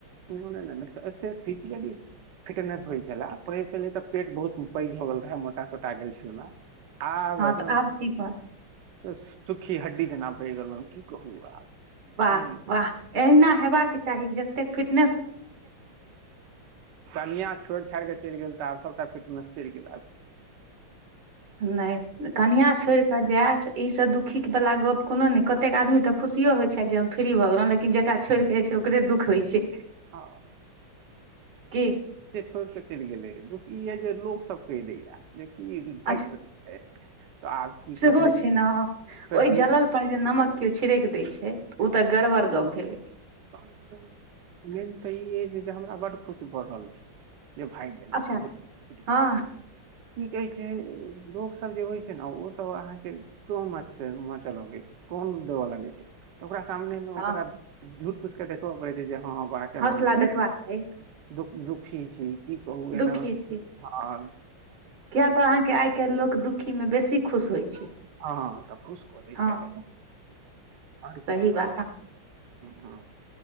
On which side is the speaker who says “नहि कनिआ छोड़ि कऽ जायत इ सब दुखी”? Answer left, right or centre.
Right